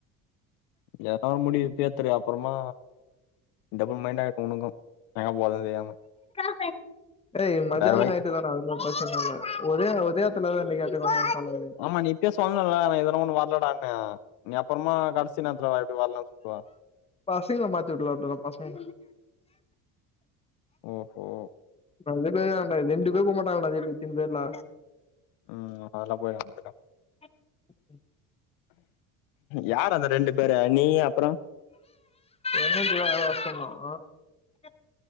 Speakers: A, on the left; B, on the left.
A: எதனா முடிவு இப்பேத்துரு அப்பறமா டபுள் மைண்ட் ஆய்டு உனுக்கு எங்க போகது தெரியாம
B: சாப்டு ஏய் மதியாணோ
A: வேற வழி
B: நைட்டு என்னடா ஆவ்து பஸ்ஸுமில்லை உதய உதயத்துல <inaudible>
A: ஆமா நீ இப்யே சொல்னுல அவ எதானா ஒன்னு வரலாடான்னு நீ அப்பறமா கடசி நேரத்ல வர எப்டி வரலன்னு சொல்லுவ
B: பசங்க மாத்தி வுட்ருவ அப்ற பசங்க
A: ஒ ஹோ
B: அதே பேர் தான்டா ரெண்டு பேர் போ மாட்டாங்கடா வீந்திருச்னு பேர்ல
A: ம் அதெல்லாம் போய்ர்லாண்டா போடா
B: ம் ம்
A: யார் அந்த ரெண்டு பேரு நீ அப்புற
B: என்ன சொன்னான் <unintelligible>